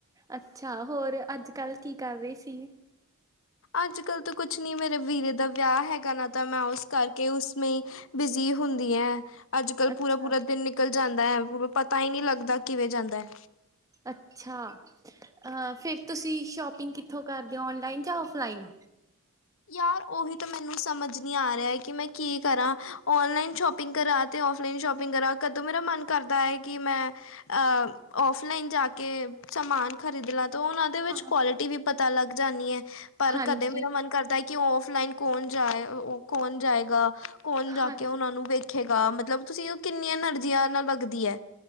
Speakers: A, on the right; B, on the left.
A: ਅੱਛਾ ਹੋਰ ਅੱਜ ਕੱਲ੍ਹ ਕੀ ਕਰ ਰਹੀ ਸੀ
B: ਅੱਜ ਕੱਲ ਤਾਂ ਕੁਛ ਨੀ ਮੇਰੇ ਵੀਰੇ ਦਾ ਵਿਆਹ ਹੈਗਾ ਨਾ ਤਾਂ ਮੈਂ ਉਸ ਕਰਕੇ ਉਸੇ ਬਿਜ਼ੀ ਹੁੰਦੀ ਐ ਅੱਜ ਕੱਲ
A: ਅੱਛਾ
B: ਪੂਰਾ ਪੂਰਾ ਦਿਨ ਨਿਕਲ ਜਾਂਦਾ ਐ ਪੂਰਾ ਪਤਾ ਹੀ ਨਹੀਂ ਲੱਗਦਾ ਕਿਵੇਂ ਜਾਂਦਾ ਐ
A: ਅੱਛਾ ਅ ਫਿਰ ਤੁਸੀਂ ਸ਼ੋਪਿੰਗ ਕਿੱਥੋਂ ਕਰਦੇ ਹੋ ਔਨਲਾਈਨ ਜਾਂ ਔਫਲਾਈਨ
B: ਯਾਰ ਉਹੀ ਤਾਂ ਮੈਨੂੰ ਸਮਝ ਨਹੀਂ ਆ ਰਿਹਾ ਕਿ ਮੈਂ ਕੀ ਕਰਾਂ ਓਨਲਾਈਨ ਸ਼ੋਪਿੰਗ ਕਰਾਂ ਤੇ ਓਫਲਈਨ ਸ਼ੋਪਿੰਗ ਕਰਾ ਕਦੋਂ ਮੇਰਾ ਮਨ ਕਰਦਾ ਹੈ ਕਿ ਮੈਂ ਅ ਔਫਲਾਈਨ ਜਾ ਕੇ ਸਮਾਨ ਖਰੀਦ ਲਾਂ ਤੇ ਉਹ ਉਹਦੇ ਵਿੱਚ
A: ਹਾਂ
B: ਕੁਆਲਿਟੀ ਵੀ ਪਤਾ ਲੱਗ ਜਾਂਣੀ ਐ ਪਰ
A: ਹਾਂਜੀ
B: ਕਦੇ ਮੇਰਾ ਮਨ ਕਰਦਾ ਕਿ ਉਹ ਫਲਾਈਨ ਕੌਣ ਜਾਏ ਉਹ ਕੌਣ ਜਾਏਗਾ ਕੌਣ ਜਾ
A: ਹਾਂਜੀ
B: ਕੇ ਉਹਨਾਂ ਨੂੰ ਵਖ ਰਖੇਗਾ ਮਤਲਬ ਤੁਸੀਂ ਕਿੰਨੀਆਂ ਐਨਰਜੀਆਂ ਨਾਲ ਲੱਗਦੀ ਐ